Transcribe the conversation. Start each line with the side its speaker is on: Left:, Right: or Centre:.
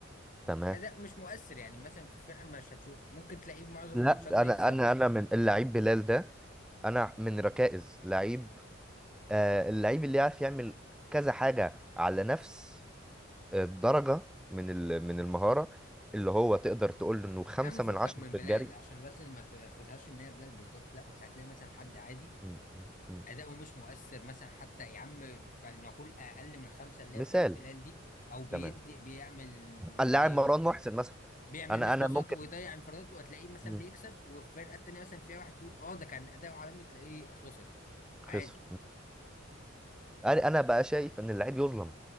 Centre: تمام
Left: اداء مش مؤثر يعني مثلا في الفرقه مش هتشوف ممكن تلاقيه في معظم
Centre: لا
Left: الماتشات بيكسبها
Centre: انا انا انا من اللعيب بلال ده انا من ركائز لعيب آه اللعيب اللي يعرف يعمل كذا حاجه على نفس الدرجه من ال- من المهاره اللي هو تقدر تقول انه خمسة
Left: يا عم فكك
Centre: من عشرة
Left: من
Centre: في
Left: بلال
Centre: الجري
Left: عشان بس ما تاخدهاش ان هي بلال بالظبط لا بس هتلاقي مثلا حد عادي
Centre: مم. مم. مم.
Left: اداؤه مش مؤثر مثلا حتى يا عم فلنقول اقل من الخمسه اللي
Centre: مثال
Left: هي بتاعت بلال دي او بيدي
Centre: تمام
Left: بيعمل
Centre: اللاعب
Left: بي
Centre: مروان محسن مثلا
Left: بيعمل
Centre: انا
Left: مش
Centre: انا
Left: بساطه
Centre: ممكن
Left: ويضيع انفراداته وتلاقيه مثلا
Centre: مم.
Left: بيكسب والفرقه التانيه مثلا فيها واحد تقول اه ده كان اداؤه عالمي وتلاقيه خسر عادي
Centre: خسر انا أنا بقى شايف ان اللعيب يظلم